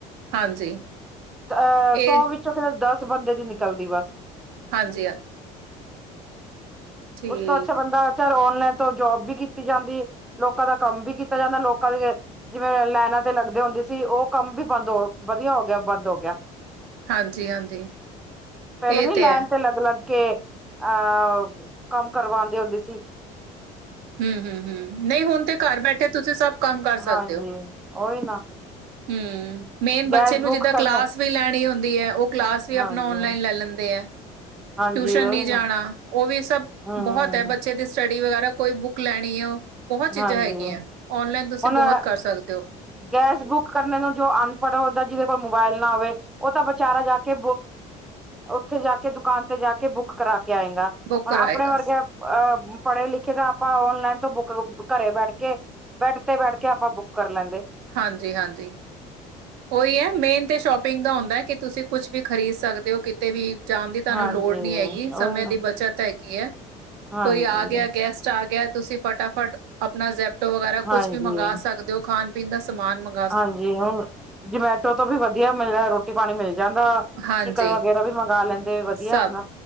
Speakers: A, on the right; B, in the centre.
A: ਹਾਂਜੀ
B: ਅ ਅਹ
A: ਇਹ
B: ਸੌ ਵਿੱਚੋਂ ਫ ਦਸ ਬੰਦੇ ਦੀ ਨਿਕਲਦੀ ਬਸ
A: ਹਾਂਜੀ ਹਾਂਜੀ ਠੀਕ
B: ਉਸ ਤੋਂ ਅੱਛਾ ਬੰਦਾ ਔਨਲਾਈਨ ਤੋਂ ਜੋਬ ਵੀ ਕੀਤੀ ਜਾਂਦੀ ਲੋਕਾਂ ਦਾ ਕੰਮ ਵੀ ਕੀਤਾ ਜਾਂਦਾ ਲੋਕਾਂ ਦੀ ਜਿਵੇਂ ਲਾਈਨਾਂ ਤੇ ਲੱਗਦੇ ਹੁੰਦੇ ਸੀ ਉਹ ਕੰਮ ਵੀ ਬੰਦ ਹੋ ਵਧੀਆ ਹੋ ਗਿਆ ਬੰਦ ਹੋ ਗਿਆ
A: ਹਾਂਜੀ ਹਾਂਜੀ
B: ਪਹਿਲੇ
A: ਇਹ
B: ਨੀ
A: ਤੇ
B: ਲਾਈਨ
A: ਹੈ।
B: ਤੇ ਲੱਗ-ਲੱਗ ਕੇ ਅਹ ਕੰਮ ਕਰਵਾਉਂਦੇ ਹੁੰਦੇ ਸੀ।
A: ਹੂੰ, ਹੂੰ, ਹੂੰ ਨਹੀਂ, ਹੁਣ ਤੇ ਘਰ ਬੈਠੇ, ਤੁਸੀਂ ਸਭ। ਕੰਮ ਕਰ
B: ਹਾਂਜੀ,
A: ਸਕਦੇ ਹੋ
B: ਓਹੀ ਨਾ।
A: ਹੂੰ, ਮੇਨ ਬੱਚੇ
B: ਗੈਸ
A: ਨੂੰ
B: ਬੁੱਕ
A: ਜਿੱਦਾਂ,
B: ਕਰਨੇ
A: ਕਲਾਸ ਵੀ ਲੈਣੀ ਹੁੰਦੀ ਹੈ ਉਹ। ਕਲਾਸ, ਵੀ
B: ਹਾਂਜੀ
A: ਆਪਣਾ ਔਨਲਾਈਨ ਲੈ ਲੈਂਦੇ ਆ।
B: ਹਾਂਜੀ
A: ਟਿਊਸ਼ਨ,
B: ਉਹੀ
A: ਨਹੀਂ ਜਾਣਾ
B: ਨਾ
A: ਉਹ ਵੀ ਸਭ,
B: ਹਮ
A: ਬਹੁਤ ਹੈ ਬ। ਬੱਚੇ ਦੀ ਸਟੱਡੀ ਵਗੈਰਾ ਕੋਈ ਬੁੱਕ ਲੈਣੀ ਹੈ, ਬਹੁਤ ਚੀਜ਼ਾਂ
B: ਹਾਂਜੀ
A: ਹੈਗੀਆਂ। ਔਨਲਾਈਨ ਤੁਸੀਂ
B: ਹੁਣ
A: ਬਹੁਤ ਕਰ ਸਕਦੇ ਹੋ।
B: ਗੈਸ ਬੁੱਕ ਕਰਨੇ ਨੂੰ ਜੋ ਅਨਪੜ੍ਹ ਹੁੰਦਾ। ਜਿਹਦੇ ਕੋਲ ਮੋਬਾਇਲ ਨਾ ਹੋਵੇ। ਉਹ ਤਾਂ ਵਿਚਾਚਾਰਾ ਜਾਕੇ ਉੱਥੇ ਜਾ ਕੇ ਦੁਕਾਨ ਤੇ ਜਾ ਕੇ ਬੁੱਕ ਕਰਾ ਕੇ ਆਏਗਾ।
A: ਬੁੱਕ
B: ਹੁਣ
A: ਕਰਾਏਗਾ।
B: ਆਪਣੇ ਵਰਗੇ ਪੜ੍ਹੇ ਲਿਖੇ ਤਾਂ ਆਪਾਂ ਔਨਲਾਈਨ ਤੋਂ ਬੁੱਕ ਘਰੇ ਬੈਠ ਕੇ। ਬੈਡ ਤੇ ਬੈਠ ਕੇ ਆਪਾਂ ਬੁੱਕ ਕਰ ਲੈਂਦੇ।
A: ਹਾਂਜੀ ਹਾਂਜੀ। ਉਹੀ ਹੈ ਮੇਨ ਤੇ ਸ਼ੋਪਿੰਗ ਦਾ ਹੁੰਦਾ ਕਿ ਤੁਸੀਂ ਕੁਛ ਵੀ ਖਰੀਦ ਸਕਦੇ ਹੋ ਕਿ। ਤੇ ਵੀ ਜਾਣ ਦੀ ਤੁਹਾਨੂੰ
B: ਹਾਂਜੀ
A: ਲੋੜ
B: ਉਹੀ
A: ਨੀ ਹੈਗੀ ਸਮੇਂ
B: ਨਾ
A: ਦੀ ਬੱਚਤ ਹੈਗੀ ਹੈ।
B: ਹਾਂਜੀ
A: ਕੋਈ ਆ ਗਿਆ ਗੈਸਟ ਆ ਗਿਆ ਤੁਸੀਂ ਫਟਾਫਟ ਆਪਣਾ ਜ਼। ਜ਼ੇਪਟੋ ਬਾਹਰੋ ਵਗੈਰਾ ਕੁੱਛ
B: ਹਾਂਜੀ
A: ਵੀ ਮੰਗਵਾ ਸਕਦੇ ਹੋ ਖਾਣ ਪੀਣ ਦਾ ਸਮਾਨ ਮੰਗ।
B: ਹਾਂਜੀ, ਹੁਣ ਜਮੈਟੋ ਤੋਂ ਵੀ ਵਧੀਆ ਮਿਲ ਰਿਹਾ ਰੋ ਰੋਟੀ ਪਾਣੀ ਮਿਲ ਜਾਂਦਾ
A: ਹਾਂਜੀ
B: ਚਿਕਨ ਵਗੈਰਾ ਵੀ ਮੰਗਵਾ ਲੈਂਦੇ। ਵਧੀਆ
A: ਸਭ
B: ਹੁੰਦਾ